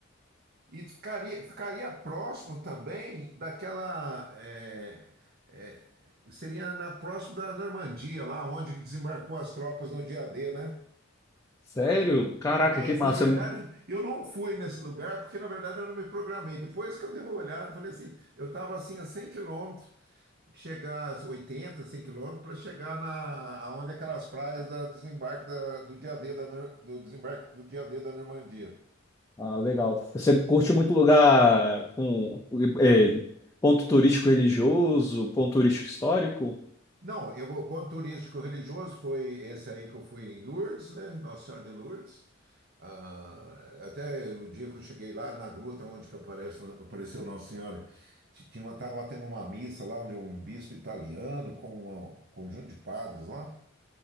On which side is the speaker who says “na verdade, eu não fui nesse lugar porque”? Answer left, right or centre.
Right